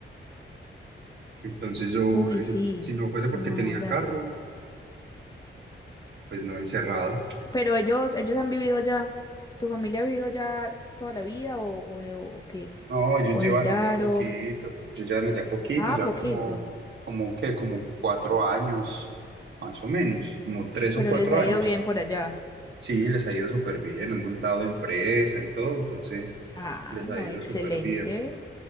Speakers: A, on the right; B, on the left.
A: entonces yo,
B: Uy,
A: eh,
B: sí,
A: si no fuese porque
B: no,
A: tenía
B: ya-
A: carro, pues no encerrado.
B: Pero ellos, ellos han vivido allá. ¿Tu familia ha vivido allá toda la vida o, o, o qué?
A: No, ellos
B: ¿O
A: llevan
B: emigraron?
A: allá poquito, ellos llevan allá poquito,
B: Ah,
A: llevan
B: poquito.
A: como, como que, como cuatro años, más o menos, como tres o
B: Pero
A: cuatro
B: les ha
A: años.
B: ido bien por allá.
A: Sí, les ha ido súper bien, han montado empresa y todo, entonces
B: Ah,
A: les
B: no,
A: ha ido
B: excelente.
A: súper bien.